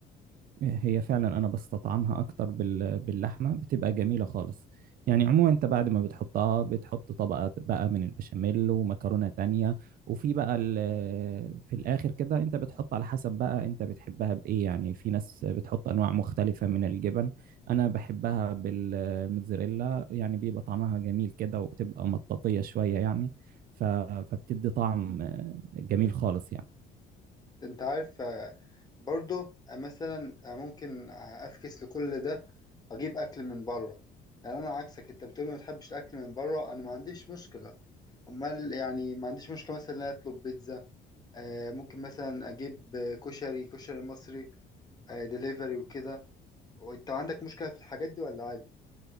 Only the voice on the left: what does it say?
انت عارف آه، برضه آه، مثلا آه، ممكن آه، افكس لكل ده اجيب اكل من بره يعني انا عكسك انت بتقول ما بتحبش الاكل من بره انا ما عنديش مشكله امال يعني ما عنديش مشكله مثلا ان أنا اطلب بيتزا آه، ممكن مثلا اجيب آه، كشري كشري مصري دليفري وكده وانت عندك مشكله في الحاجات دي ولا عادي